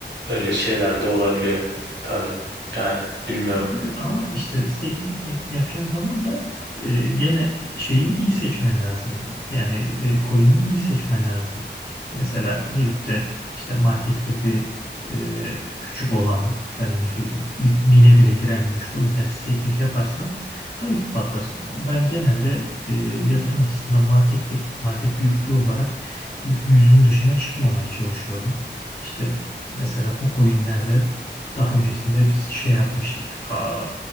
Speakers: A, on the right; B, on the left.
A: Öyle şeyler de olabiliyor tabii. Yani bilmiyorum.
B: Olabiliyor ama işte staking, staking yapacağın zaman da e, gene şeyini iyi seçmen lazım. Yani e, coin'ini iyi seçmen lazım. Mesela gidip de işte market cap'i e, küçük olan efendime söyleyeyim ilk bine bile girememiş coin'lere staking yaparsan tabii ki patlarsın. Ben genelde e, yatırım açısından market cap, market büyüklüğü olarak ilk yüzün dışına çıkmamaya çalışıyorum. İşte mesela bu coin'lerde daha öncesinde biz şey yapmıştık. Ta